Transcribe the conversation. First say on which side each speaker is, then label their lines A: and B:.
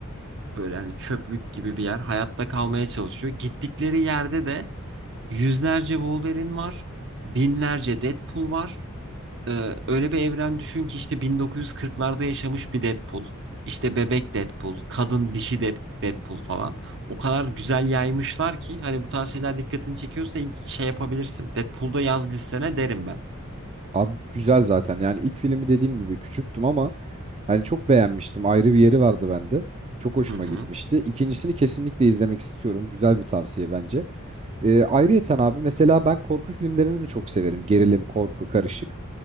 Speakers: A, on the right (about 60°); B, on the right (about 30°).
A: Böyle hani çöplük gibi bir yer. Hayatta kalmaya çalışıyor. Gittikleri yerde de yüzlerce Wolverine var. Binlerce Deadpool var. Ee, öyle bir evren düşün ki işte 1940'larda yaşamış bir Deadpool, işte bebek Deadpool, kadın dişi Dead- Deadpool falan. O kadar güzel yaymışlar ki hani bu tarz şeyler dikkatini çekiyorsa ilk şey yapabilirsin. Deadpool'da yaz listene derim ben.
B: Abi güzel zaten. Yani ilk filmi dediğim gibi küçüktüm ama hani çok beğenmiştim. Ayrı bir yeri vardı bende. Çok hoşuma
A: Hı hı.
B: gitmişti. İkincisini kesinlikle izlemek istiyorum. Güzel bir tavsiye bence. E, ayrıyeten abi mesela ben korku filmlerini de çok severim. Gerilim, korku, karışık.